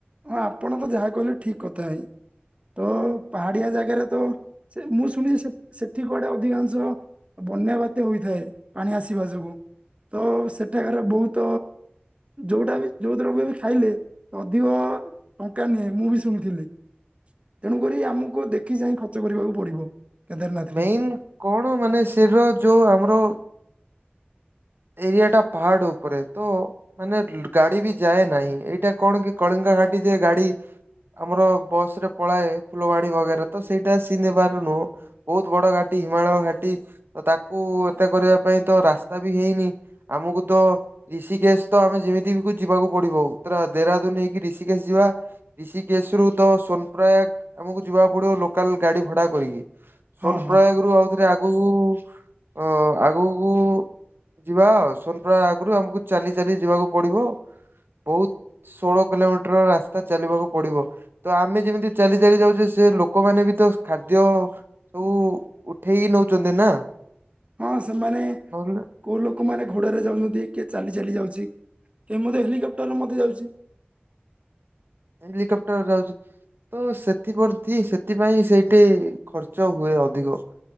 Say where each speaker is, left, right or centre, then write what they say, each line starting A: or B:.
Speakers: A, on the right (about 30°); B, on the right (about 65°).
A: ହଁ ଆପଣ ତ ଯାହା କହିଲେ ଠିକ କଥା ହିଁ। ତ ପାହାଡିଆ ଜାଗାରେ ତ ସେ ମୁଁ ଶୁଣି ସେଠି କୁଆଡେ ଅଧିକାଂଶ ବନ୍ୟା ବାତ୍ୟ ହୋଇଥାଏ ପାଣି ଆସିବା ଯୋଗୁ ତ ସେଠାକାର ବହୁତ ଯୋଟାବି ଯୋଉଥିରେ ବି ଖାଇଲେ ଅଧିକ ଟଙ୍କା ନିଏ ମୁଁ ବି ଶୁଣିଥିଲି ତେଣୁ କରି ଆମକୁ ଦେଖି ଚାହିଁ ଖର୍ଚ୍ଚ କରିବାକୁ ପଡିବ। କେଦାରନାଥରେ
B: ମେନ କଣ ମାନେ ସେଥିର ଯୋଉ ଆମର ଏରିଆ ଟା ପାହାଡ ଉପରେ ତ ମାନେ ଗାଡି ବି ଯାଏ ନାହିଁ ଏଇଟା କଣ କି କଳିଙ୍ଗ ଘାଟି ଦେଇ ଗାଡ଼ି ଆମର ବସ ରେ ପଳାଏ ଫୁଲବାଣୀ ବଜାର ତ ସେଇଟା ସି ନେବାର ନୁହଁ ବହୁତ ବଡ ଘାଟି ହିମାଳୟ ଘାଟି ତାକୁ ଏତା କରିବା ପାଇଁ ତ ରାସ୍ତା ବି ହେଇନି ଆମକୁ ତ ଋଷିକେଶ ତ ଆମେ ଯେମିତି ଯିବାକୁ ପଡିବ ପୁରା ଦେହରାଦୁନୀ ହେକି ଋଷିକେଶ ଯିବା ଋଷିକେଶ ରୁ ତ ସୋନପ୍ର୍ରୟାାଗ ଆମକୁ ଯିବାକୁ ପଡିବ ଲୋକାଲ ଗାଡି ଭଡା କରିକି।
A: ହଁ
B: ସନପ୍ରୟାଗରୁ
A: ହଁ
B: ଆଉଥରେ ଆଗକୁ ଅ ଆଗକୁ ଯିବା ଆଉ ସନପ୍ରୟାଗରୁ ଆଗରୁ ଆମକୁ ଚାଲି ଚାଲି ଯିବାକୁ ପଡିବ। ବହୁତ ଷୋହଳ କିଲୋମିଟର ରାସ୍ତା ଚାଲିବାକୁ ପଡିବ ତ ଆମେ ଯେମିତି ଚାଲି ଚାଲି ଯାଉଛେ ଯେ ଲୋକମାନେ ବି ତ ଖାଦ୍ୟ ସବୁ ଉଠେଇି ନଉଛନ୍ତି ନା?
A: ହଁ ସେମାନେ
B: ନହେଲେ
A: କୋଉ ଲୋକମାନୋନ ଘୋଡାରେ ଯାଉଛନ୍ତି କିଏ ଚାଲି ଚାଲି ଯାଉଛି। କେ ମଧ୍ଯ ହେଲିକପ୍ଟରରେ ମଧ୍ଯ ଯାଉଛି।
B: ହେଲିକପ୍ଟର ଯାଉଛି। ତ ସେଥିପ୍ରତି ସେଥିପାଇଁ ସେଇଠି ଖର୍ଚ୍ଚ ହୁଏ ଅଧିକ ।